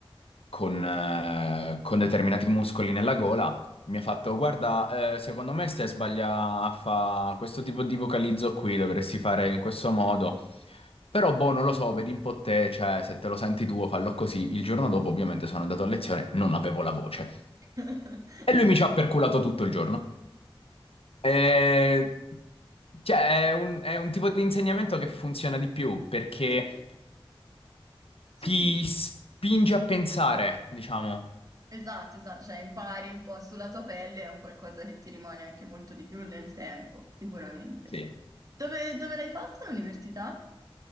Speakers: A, on the left; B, on the right.
A: con, eh, con determinati muscoli nella gola. Mi ha fatto, guarda, eh, secondo me stai sbagliando a fare questo tipo di vocalizzo qui, dovresti fare in questo modo. Però, boh, non lo so, vedi un po' te, cioè, se te lo senti tu, fallo così. Il giorno dopo, ovviamente, sono andato a lezione, non avevo la voce.
B: <laughs>
A: E lui mi ci ha perculato tutto il giorno. E... Cioè, è un, è un tipo di insegnamento che funziona di più, perché
B: Sì, sì,
A: ti
B: sì,
A: spinge a pensare, diciamo.
B: esatto, esatto, cioè impari un po' sulla tua pelle, è un qualcosa che ti rimane anche molto di più nel tempo, sicuramente.
A: Sì.
B: Dove, dove l'hai fatta l'università?